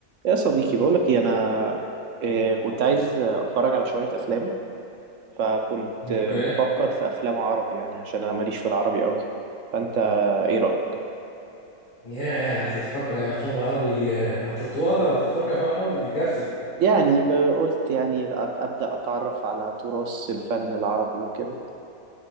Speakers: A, on the right (about 65°); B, on the left (about 30°).
A: يا صديقي بقولك ايه انا إيه كنت عايز اتفرج على شوية افلام فكنت
B: اوكي
A: آه، بفكر في افلام عربي يعني عشان انا ماليش في العربي قوي فانت ايه رأيك
B: ياه هتتفرج على افلام عربي ياه هتتواضع وتتفرج على افلام عربي دي كارثه
A: يعني ب- قلت يعني أ- ابدأ اتعرف على تراث الفن العربي وكده